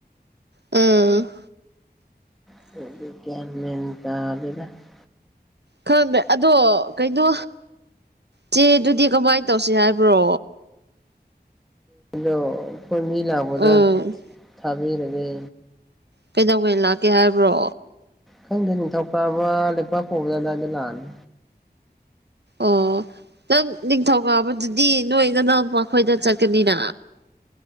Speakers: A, on the right (about 80°); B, in the centre.
A: ꯎꯝ
B: <unintelligible>
A: ꯈꯪꯗ꯭ꯔꯦ ꯑꯗꯣ ꯀꯩꯅꯣ ꯆꯦꯗꯨꯗꯤ ꯀꯃꯥꯏꯅ ꯇꯧꯁꯤ ꯍꯥꯏꯕ꯭ꯔꯣ
B: ꯗꯣ ꯑꯩꯈꯣꯏ ꯃꯤ ꯂꯥꯛꯄꯗ
A: ꯎꯝ
B: ꯊꯥꯕꯤꯔꯒꯦ
A: ꯀꯩꯗꯧꯉꯩ ꯂꯥꯛꯀꯦ ꯍꯥꯏꯕ꯭ꯔꯣ
B: ꯈꯪꯗꯦ ꯅꯤꯡꯊꯧꯀꯥꯕ ꯂꯩꯞꯥꯛꯄꯣꯛꯏ ꯑꯘꯨꯋꯥꯏꯘ ꯂꯥꯛꯑꯅꯤ
A: ꯑꯣ ꯅꯪ ꯅꯤꯡꯊꯧꯀꯥꯕꯗꯨꯗꯤ ꯅꯣꯏ ꯅꯅꯥꯎꯄꯥꯈꯣꯏꯗ ꯆꯠꯀꯅꯤꯅ